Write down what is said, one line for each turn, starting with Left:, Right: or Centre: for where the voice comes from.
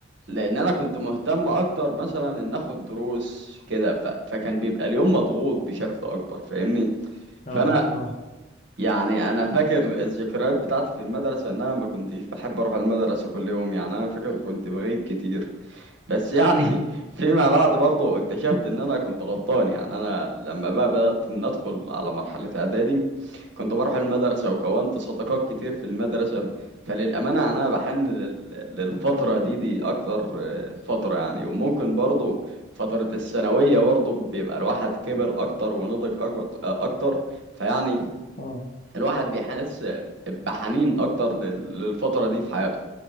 Right: لأن أنا كنت مهتم أكتر مثلا إن آخد دروس كده ف... فكان بيبقى اليوم مضغوط بشكل أكبر فاهمني؟
Left: اه
Right: فانا
Left: اه
Right: يعني انا فاكر الذكريات بتاعتي في المدرسه ان انا ما كنتش بحب اروح المدرسه كل يوم يعني انا فاكر كنت بغيب كتير بس يعني <laughs> فيما بعد برضه اكتشفت ان انا كنت غلطان يعني انا لما بقى بدات ان ادخل على مرحله اعدادي كنت بروح المدرسه وكونت صداقات كتير في المدرسه فللامانه انا بحن لل- للفتره دي دي اكتر آه، فتره يعني وممكن برضه فتره الثانويه برضه بيبقى الواحد كبر اكتر ونضج أكبر- اكتر فيعني
Left: اه
Right: الواحد بيحس بحنين اكتر لل- للفترة دي في حياته